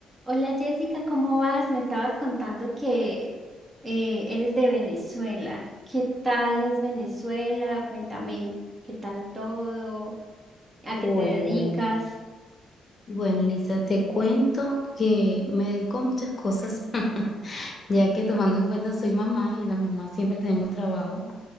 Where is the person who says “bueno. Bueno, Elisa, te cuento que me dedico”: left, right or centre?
Left